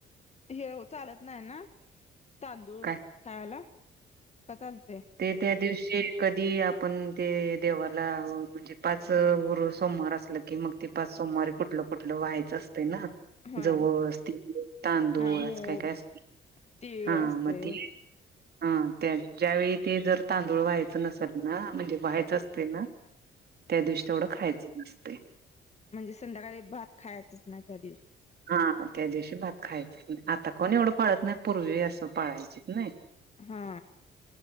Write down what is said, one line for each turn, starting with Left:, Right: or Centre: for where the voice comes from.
Left: हे चालत नाही ना? तांदूळ
Right: काय
Left: खायला, का चालतय?
Right: ते त्या दिवशी कधी आपण ते देवाला म्हणजे- पाच वार सोमवार असल की मग ते पाच सोमवारी कुठलं, कुठलं व्हायचं अस- ते ना
Left: हा
Right: जवस <unintelligible> तेन तांदूळ
Left: हा मूग
Right: आज काय, काय अस-
Left: तीळ
Right: हा,
Left: असते
Right: मग ते- हं, त्या त्यावेळी ते जर तांदूळ व्हायचं नसेल ना, म्हणजे व्हायचं असते ना-
Left: <inaudible>
Right: त्या दिवशी तेवढं खायचं नसतय.
Left: म्हणजे संध्याकाळी भात खायचंच नाही, त्या दिवशी.
Right: हा, त्या दिवशी भात खायच नाही, आता कोण एवढं पाळत नाही पूर्वी असं पाळायचीत नाही.
Left: हा.